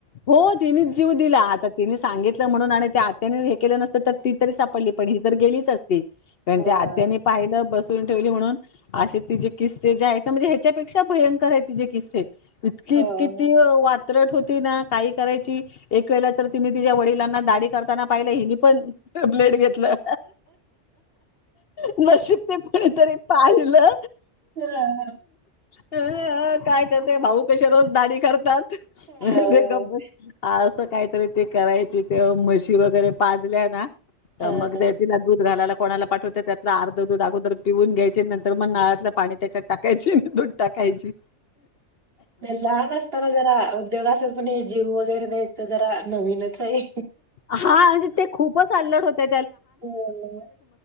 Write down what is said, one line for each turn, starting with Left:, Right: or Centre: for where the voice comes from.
Left: हो तिनेच जीव दिला आता तिने सांगितलं म्हणून आणि त्या आत्याने हे केलं नसतं तर ती तरी सापडली पण ही तर गेली कारण
Right: हो
Left: त्या आत्यानी
Right: ना.
Left: पाहिलं ब ठेव म्हणून असे ति जे किस्से जे आहेत म्हणजे ह्याच्यापेक्षा भयंकर आहे ति जे किस्से इतकी
Right: हो.
Left: इतकी ती वा वत्रट होती ना काही करायची एक वेळे तर तिने तिच्या वडिलांना दाडी करताना पाहिलं हिनी पण ब्लेड घेतलं नशीब ते कोणीतरी पाहिलं
Right: हां,
Left: अ काय करते भाऊ कसे रोज दाडी करतात
Right: हां,
Left: ते गब आ काहीतरी ते करायचे तेव्हा म्हशी वगैरे पाजल्या ना
Right: हां.
Left: त मगद तिला दूध घालाला कोणाला पाठवत त्यातलं अर्ध दूध अगोदर पिऊून घ्यायचे नंतर मग नळातलं पाणी त्याच्यात टाकायची दूध टाकायची
Right: लहान असताना जरा उद्योग असत पण ही जे जीव वगैरे द्यायचं जरा नवीनच आहे
Left: हा म्हणजे ते खूपच अल्लड होत्या
Right: हो ना.